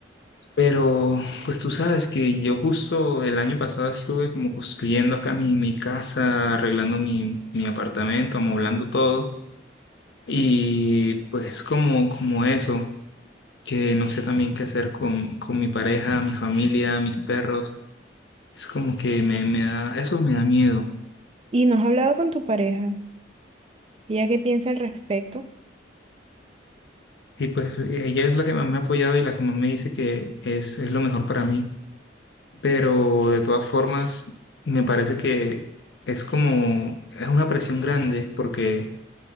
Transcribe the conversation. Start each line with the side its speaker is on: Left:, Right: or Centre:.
Left: Pero pues tú sabes que yo justo el año pasado estuve como construyendo acá mi, mi casa, arreglando mi, mi apartamento, amoblando todo. Y pues como, como eso, que no sé también qué hacer con, con mi pareja, mi familia, mis perros, es como que me, me da, eso me da miedo.
Right: ¿Y no has hablado con tu pareja? ¿Ella qué piensa al respecto?
Left: Y pues ella es la que más me ha apoyado y la que más me dice que es, es lo mejor para mí. Pero de todas formas, me parece que es como, es una presión grande porque